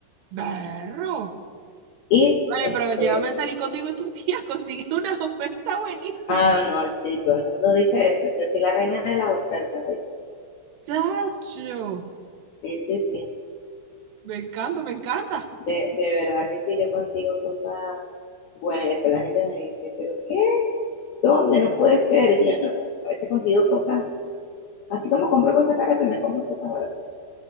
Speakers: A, on the right; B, on the left.
A: Berro.
B: Y,
A: Vale,
B: este,
A: pero llévame a salir contigo y tu tía <laughs> consigue una oferta buenísima.
B: ah, no, sí, todo el mundo dice eso. Yo soy la reina de las ofertas, ¿ves?
A: Chacho,
B: Sí, sí, sí.
A: me encanta, me encanta.
B: De, de verdad que sí, yo consigo cosas buenas. Y después la gente me dice, ¿pero qué? ¿Dónde? No puede ser. Y yo no. A veces consigo cosas, así como compro cosas caras, también compro cosas baratas.